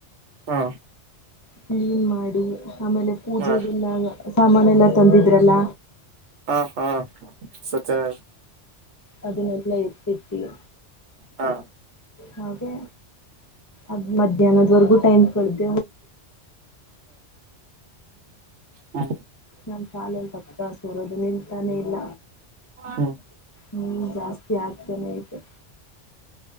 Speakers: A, on the right; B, on the left.
A: ಹಾ
B: ಕ್ಲೀನ್ ಮಾಡಿ ಆಮೇಲೆ ಪೂಜೆಗೆಲ್ಲ
A: ಹಾ
B: ಸಾಮಾನ ಎಲ್ಲ ತಂದಿದ್ರಲ್ಲ
A: ಹಾ ಹಾ ಸತ್ಯನ
B: ಅದ ನಲ್ಲ ಎತ್ತುತಿಯ
A: ಹಾ
B: ಹಾಗೆ ಅದ್ ಮಧ್ಯಾಹ್ನದ್ವರೆಗೂ ಟೈಮ್ ಕಳ್ದ
A: ಹ್ಮ ಹಾ
B: ನಮ ಶಾಲೆಯಲ್ಲಿ ತಪ್ಪತ ಸೋರೋದು ನಿಂತಾನೆ ಇಲ್ಲ
A: ಹ್ಮ್
B: ಹ್ಮ್ ಜಾಸ್ತಿ ಆಗ್ತಾನೆ ಇದೆ